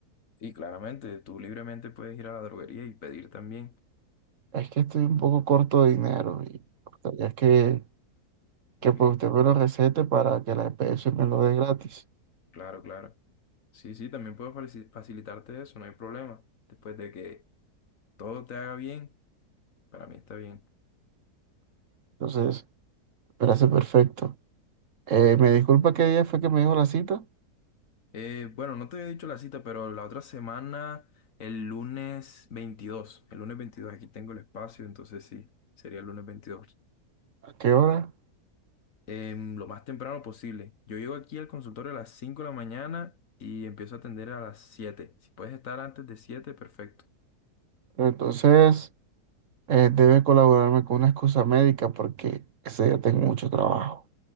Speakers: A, on the left; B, on the right.
A: Y claramente, tú libremente puedes ir a la droguería y pedir también.
B: Es que estoy un poco corto de dinero y me gustaría que, que
A: Ok,
B: pues usted me lo recete para que la E P S me lo dé gratis.
A: claro, claro. Sí, sí, también puedo faci- facilitarte eso, no hay problema. Después de que todo te haga bien, para mí está bien.
B: Entonces, me hace perfecto. Eh, ¿me disculpa qué día fue que me dijo la cita?
A: Eh, bueno, no te había dicho la cita, pero la otra semana, el lunes 22, el lunes veintidós. aquí tengo el espacio, entonces sí, sería el lunes veintidós,
B: ¿A qué hora?
A: Em, lo más temprano posible. Yo llego aquí al consultorio a las 5 de la mañana y empiezo a atender a las siete. Si puedes estar antes de 7, perfecto.
B: Entonces... eh, debe colaborarme con una excusa médica porque ese día tengo mucho trabajo.